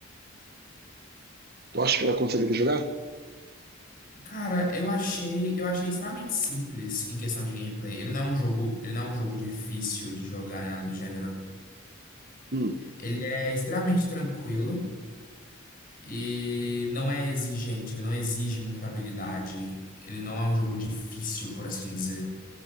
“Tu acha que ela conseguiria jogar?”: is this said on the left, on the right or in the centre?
Right